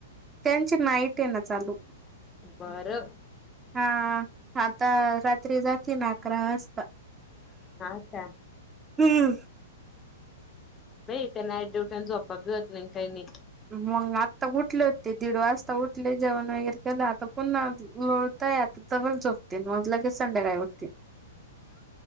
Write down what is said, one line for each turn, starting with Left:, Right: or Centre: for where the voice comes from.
Right: त्यांची नाईट ये ना चालू
Left: बरं
Right: हा आता रात्री जाते ना अकरा वाजता
Left: हा का
Right: हम्म
Left: नाहीई त्यांना <inaudible> न झोपा बी होत नाही काही नाही
Right: मग आत्ता उठले होते दीड वाजता उठले जेवण वगैरे केलं आता पुन्हा आतावल चो मज लगे संद्याकाळ उटते